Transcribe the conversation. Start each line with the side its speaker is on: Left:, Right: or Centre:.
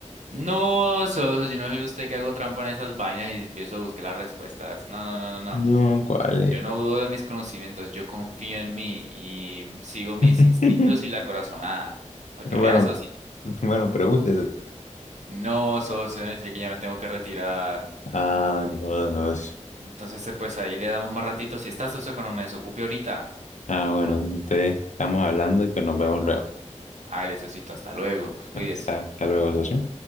Right: No, Soso, yo no soy usted que hago trampa en esas vainas y empiezo a buscar las respuestas. No, no, no, no, no.
Left: No, ¿cuál es?
Right: Yo no dudo de mis conocimientos, yo confío en mí y sigo mis
Left: <laughs>
Right: instintos y la corazonada. Para
Left: Bueno,
Right: que veas, socio.
Left: bueno, pregúntese.
Right: No, socio, yo que ya me tengo que retirar.
Left: Ah, no, no. es-
Right: Entonces, eh, pues ahí le damos más ratito. Si está, socio, cuando me desocupe ahorita.
Left: Ah, bueno, entonces estamos hablando y pues nos vemos luego.
Right: Hágale, socito, hasta luego.
Left: Hasta,
Right: Cuides.
Left: hasta luego, socio.